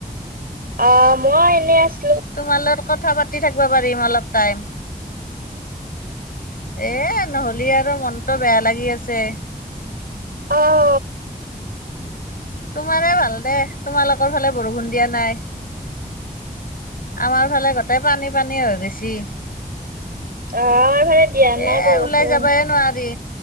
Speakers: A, on the right; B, on the left.
A: অ', মই এনেই আছ
B: তোমা লগত কথা পাতি থাকিব পাৰিম অলপ টাইম। এ, নহলি আৰু মনটো বেয়া লাগি আছে।
A: অ'।
B: তোমাৰে ভাল দে, তোমালোকৰ ফালে বৰষুণ দিয়া নাই। আমাৰ ফালে গোটেই পানী পানী হৈ গেছি। এ,
A: আহ আমাৰ ফালে দিয়া নাই বৰষুণ
B: ওলাই যাবাই নোৱাৰি।